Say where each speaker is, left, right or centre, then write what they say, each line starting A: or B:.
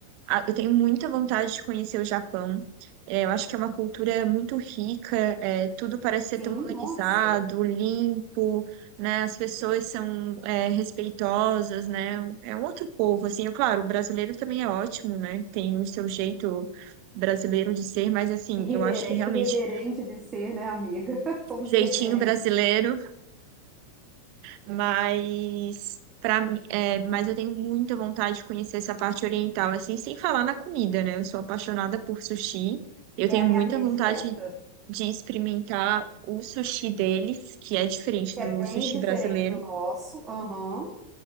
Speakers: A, on the right; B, on the right.
A: A- Eu tenho muita vontade de conhecer o Japão. É, eu acho que é uma cultura muito rica, é, tudo parece ser
B: Sim,
A: tão organizado,
B: nossa.
A: limpo, né? As pessoas são, é, respeitosas, né? É um outro povo, assim. Eu, claro, o brasileiro também é ótimo, né? Tem o seu jeito brasileiro de ser, mas, assim,
B: Irrevere-
A: eu acho que realmente
B: irreverente de ser, né, amiga? <laughs> Somos
A: o jeitinho
B: irreverentes.
A: brasileiro. Mas para é, mas eu tenho muita vontade de conhecer essa parte oriental, assim, sem falar na comida, né? Eu sou apaixonada por sushi. Eu tenho
B: É a
A: muita
B: minha predileta,
A: vontade de experimentar o sushi deles, que é diferente
B: que
A: do
B: é bem
A: sushi
B: diferente
A: brasileiro.
B: do nosso. Aham.